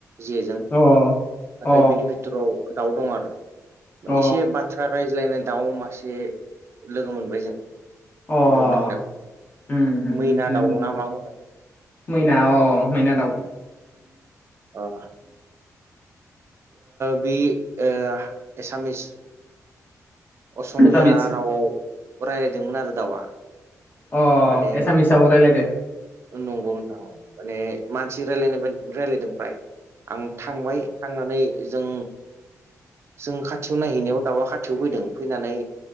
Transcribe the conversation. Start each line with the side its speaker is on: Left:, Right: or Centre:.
Right: जेजों
Left: अ
Right: नाथाय
Left: अ
Right: बिनि बिथिराव दाउ दं आरो
Left: अ
Right: एसे बाद बाथ्रा रायज्लायनाय दाउ मासे लोगो मोनबाय जों
Left: अ
Right: गिबियावनो थांनायाव
Left: उम उम
Right: मैना
Left: उम थिगानो
Right: दाउ ना
Left: दं
Right: मा होनो
Left: मैना अ मैना दाउ
Right: ओ बे ओ एसामिस असमिया
Left: एसामिस
Right: रावआव राय्लायदोंमोन आरो दाउआ।
Left: अ
Right: माने
Left: एसामिसाव रायलायदो
Right: नंगौ नोंथां। माने मानसि रायलायनाय बायदि राय्लायदों फ्राय आं थांबाय थांनानै जों जों खाथियाव नायहैनायाव दाउआ खाथियाव फैदों फैनानै